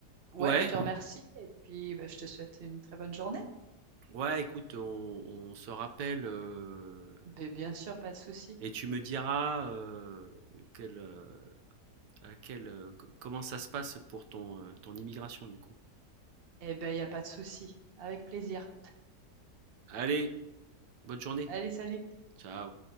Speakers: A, on the right (about 40°); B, on the right (about 80°).
A: Ouais,
B: ouais,
A: je te remercie. Et puis, bah, je te souhaite une très bonne journée.
B: ouais, écoute, on, on se rappelle euh,
A: Mais bien sûr, pas de souci.
B: et tu me diras euh, quel, euh, à quel, euh, c- comment ça se passe pour ton, euh, ton immigration du coup.
A: Eh ben, il n'y a pas de souci. Avec plaisir.
B: Allez, bonne journée.
A: Allez, salut.
B: Ciao.